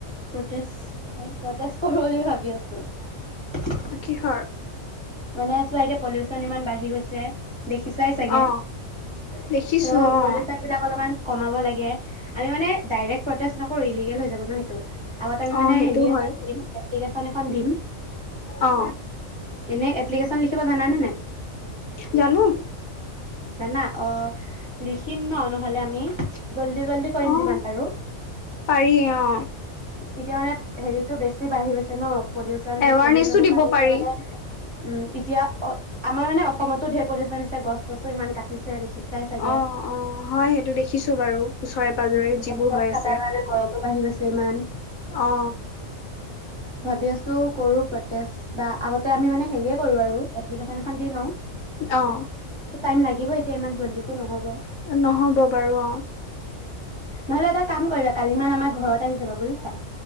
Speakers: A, on the right; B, on the left.
A: প্ৰটেষ্ট কৰো বুলি ভাবি আছো।
B: কি খৰ
A: মানে চোৱা এতিয়া পলিউচন ইমান বাঢ়ি গৈছে দেখি চাই চাগে
B: অ দেখিছো
A: ত'
B: অ
A: পলিউচন বিলাক অলপমান কমাব লাগে আমি মানে ডাইৰেক্ট প্ৰটেষ্ট নকৰো ইলিগেল হৈ যাব ন সেইটো, আগত আমি
B: অ
A: মানে
B: সেইটো
A: হেৰি
B: হয়
A: হ'ল <inaudible> ন এখন দিম
B: অ
A: এনে এপ্লিকেশচন লিখিব জানানে নাই?
B: জানো
A: জানা? অ'। লিখিম ন নহলে আমি জল্দি জল্দি কৰিম
B: অ
A: যিমান পাৰো।
B: পাৰি অ
A: এতিয়া মানে হেৰিতটো বেছি বাঢ়ি গৈছে ন পলিউচন
B: এৱাৰনেছো
A: পলিউচনৰ
B: দিব
A: কাৰণে এতিয়া
B: পাৰি
A: মানে উম এতিয়া অ' আমাৰ মানে অসমতো ঢেৰ প্ৰতিদচন গছ চছো ইমান কাটিছে। দেখিছাই চাগে
B: অ' অ' হয় সেইটো দেখিছো বাৰু। ওচৰে পাজৰে
A: উ
B: যিবোৰ
A: কষ্টত
B: হৈ আছে
A: কটাৰ কাৰণে গৰমো বাঢ়ি গৈছে ইমান।
B: অ
A: ভাবি আছোঁ কৰো প্ৰটৈষ্ট, বা আগতে আমি মানে হেৰী এই কৰো আৰু, এপ্লিকেশ্যান এখন দি লও।
B: অ'।
A: টাইম লাগিব এয়া, ইমান জল্দিটো নহ'ব।
B: নহব বাৰু অ'।
A: নহলে এটা কাম কৰিবা, কালি মানে আমাৰ ঘৰত আহি যাবা বুজিছা।